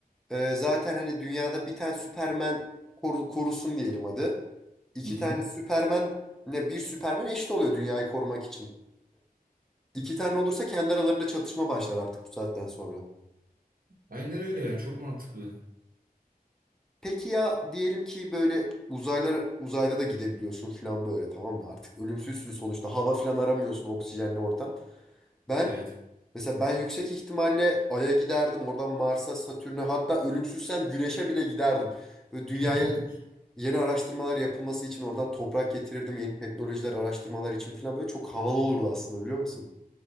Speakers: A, in the centre; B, on the right.
A: Ee, zaten hani dünyada bir tane Superman koru- korusun diyelim hadi. İki
B: Hı hı.
A: tane Superman ne bir Superman eşit oluyor dünyayı korumak için. İki tane olursa kendi aralarında çatışma başlar artık bu saatten sonra.
B: Aynen öyle ya çok mantıklı.
A: Peki ya diyelim ki böyle uzaylar uzayda da gidebiliyorsun falan böyle tamam mı? Artık ölümsüzsün sonuçta. Hava falan aramıyorsun oksijenli ortam. Ben
B: Evet.
A: mesela ben yüksek ihtimalle Ay'a giderdim. Oradan Mars'a, Satürn'e hatta ölümsüzsem Güneş'e bile giderdim. Böyle dünyaya
B: <laughs>
A: Yeni araştırmalar yapılması için oradan toprak getirirdim. Yeni teknolojiler araştırmalar için falan böyle çok havalı olurdu aslında biliyor musun?